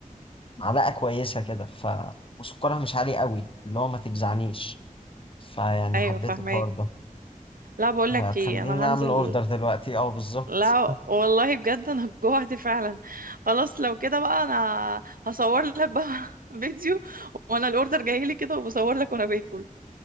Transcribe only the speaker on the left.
معلقة كويسة كده ف وسكرها مش عالي قوي اللي هو ما تجزعنيش فيعني
حبيت
الحوار ده
هتخليني
أعمل
أوردر دلوقتي أه بالظبط